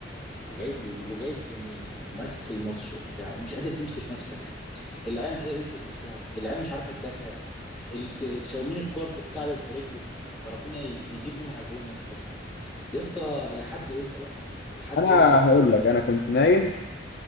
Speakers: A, in the centre; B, on the left.
A: وجايب وجايب جونين وماسك الماتش وبتاع ومش قادر تمسك نفسك اللعيبة مش قادرة تمسك نفسها اللعيبة مش عارفة تدافع الت- تشاومين الكرة بتتكعبل في رجله فرافينيا ي- يجيب منها جون يا اسطى يا اسطى لحد امتى بقى لحد
B: انا
A: امتى يا اسطى
B: هقول لك انا كنت نايم